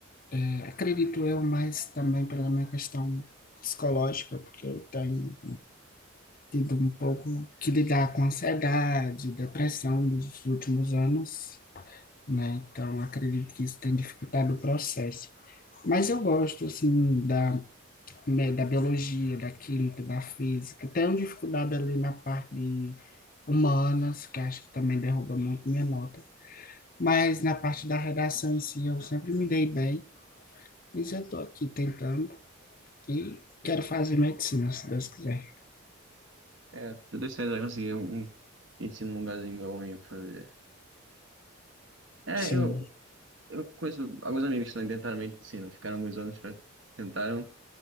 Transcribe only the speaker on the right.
É, tô dois anos já consegui um um ensino num lugarzinho bom aí pra fazer. É,
eu, eu conheço alguns amigos que também tentaram medicina, ficaram alguns anos pra tentaram.